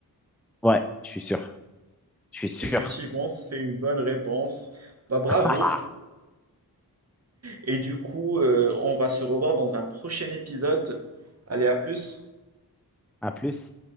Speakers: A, in the centre; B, on the right.
A: Ouais, je suis sûr. Je suis
B: Effectivement,
A: sûr.
B: c'est une bonne réponse. Bah bravo.
A: <laughs>
B: Et du coup, euh, on va se revoir dans un prochain épisode. Allez, à plus.
A: À plus.